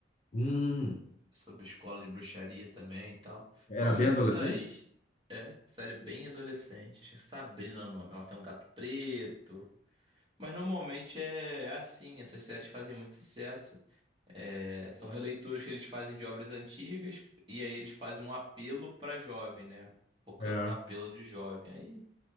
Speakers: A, on the left (about 40°); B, on the right (about 25°).
A: Hum,
B: sobre escola de bruxaria também e tal.
A: era
B: Normalmente
A: bem adolescente?
B: essas. É, série bem adolescente. Acho que é Sabrina o nome. Ela tem um gato preto. Mas normalmente é, é assim, essas séries fazem muito sucesso. É, são releituras que eles fazem de obras antigas e aí eles fazem um apelo pra jovem, né? Focando
A: É.
B: no apelo de jovem. Aí